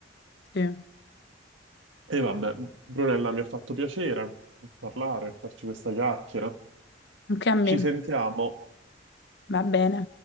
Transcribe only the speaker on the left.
sì,
anche a me,
va bene.